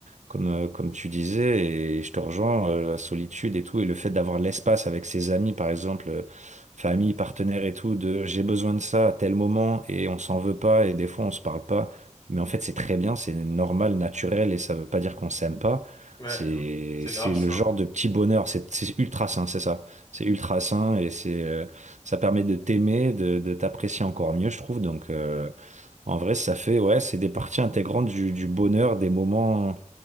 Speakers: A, on the right (about 70°); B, on the left (about 35°).
A: comme, euh, comme tu disais, et je te rejoins, euh, la solitude et tout, et le fait d'avoir l'espace avec ses amis, par exemple, euh, famille, partenaire et tout, de j'ai besoin de ça à tel moment, et on s'en veut pas, et des fois on se parle pas. Mais en fait, c'est très bien, c'est normal, naturel, et ça veut pas dire qu'on s'aime pas.
B: Ouais,
A: C'est,
B: c'est
A: c'est
B: grave ça.
A: le genre de petit bonheur, c'est c'est ultra sain, c'est ça. C'est ultra sain, et c'est, euh, ça permet de t'aimer, de, de t'apprécier encore mieux, je trouve. Donc, euh, en vrai, ça fait, ouais, c'est des parties intégrantes du, du bonheur, des moments